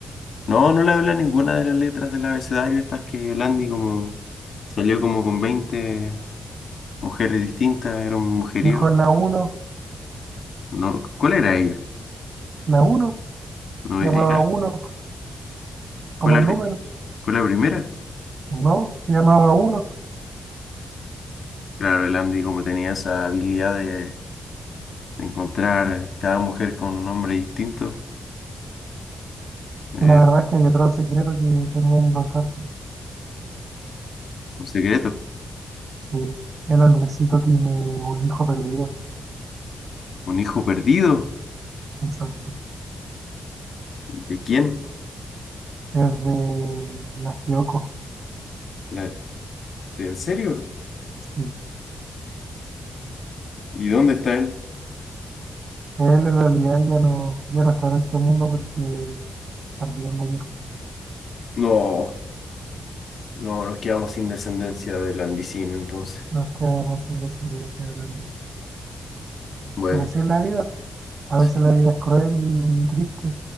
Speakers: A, on the left; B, on the right.
A: No, no le habla ninguna de las letras del abecedario, estas que el Andy como salió como con 20 mujeres distintas, era un mujeriego.
B: mejor la uno
A: No, ¿cuál era ella?
B: la uno
A: No,
B: llamaba
A: ella
B: uno como
A: fue la,
B: el
A: pri-
B: número,
A: fue la primera.
B: ¿no? Llamaba uno
A: Claro, el Andy como tenía esa habilidad de encontrar cada mujer con un nombre distinto, eh,
B: y la verdad es que hay otro secreto que tenía que contarte.
A: un secreto,
B: Sí, el hombrecito tiene un hijo perdido,
A: un hijo perdido.
B: exacto.
A: ¿Y ¿De quién?
B: Es de la Kyoko.
A: La- ¿de- en serio?
B: Sí.
A: ¿Y dónde está él?
B: Él en realidad ya no, ya no está en este mundo porque también murió.
A: No, no, nos quedamos sin descendencia de Landicín, entonces.
B: Nos quedamos sin los hijos que eran de ese.
A: Bueno,
B: Pero sí en la vida, a
A: sí,
B: veces la vida es cruel y triste